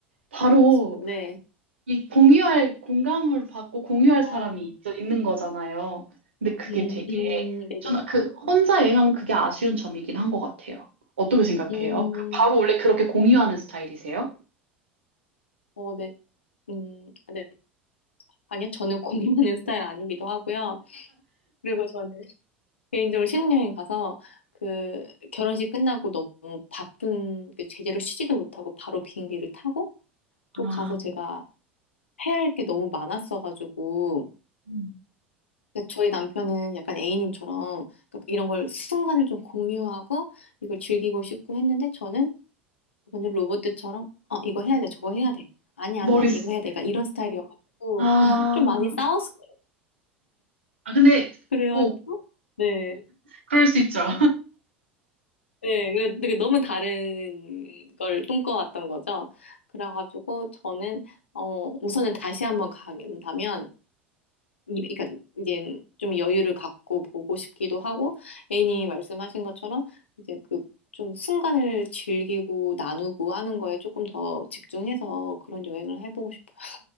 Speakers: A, on the right; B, on the left.
A: 바로
B: 안 먹고 싶은, 네.
A: 이 공유할 공감을 받고 공유할
B: 아,
A: 사람이 있- 있는 거잖아요. 근데 그게
B: 음,
A: 되게,
B: 음, 네네.
A: 저는 그, 혼자 여행하면 그게 아쉬운 점이긴 한 것 같아요. 어떻게 생각해요?
B: 음,
A: 그 바로 원래 그렇게 공유하는 스타일이세요?
B: 어, 네, 음, 아, 네. 아니요, 저는 고민하는 스타일 아니기도 하고요. 그리고 저는 개인적으로 신혼여행 가서 그 결혼식 끝나고 너무 바쁜 그 제대로 쉬지도 못하고 바로 비행기를 타고 또
A: 아,
B: 가서 제가 해야 할 게 너무 많았어가지고
A: 음.
B: 그러니까 저희 남편은 약간 A님처럼 그러니까 이런 걸 순간을 좀 공유하고 이걸 즐기고 싶고 했는데 저는 완전 로봇들처럼 어 이거 해야 돼 저거 해야 돼 아니야
A: 머리,
B: 아니야 아니
A: 쓰-
B: 이거 해야 돼 그러니까 이런 스타일이어가지고
A: 아,
B: 좀 많이 싸웠어요
A: 아, 근데
B: 그래가지고
A: 꼭
B: 네,
A: 그럴 수 있죠.
B: 네, 그래- 되게 너무 다른 걸 꿈꿔왔던 거죠. 그래가지고 저는 어 우선은 다시 한번 가긴다면 이- 그러니까 이제 좀 여유를 갖고 보고 싶기도 하고 애인이 말씀하신 것처럼 이제 그 좀 순간을 즐기고 나누고 하는 거에 조금 더 집중해서 그런 여행을 해보고 싶어요.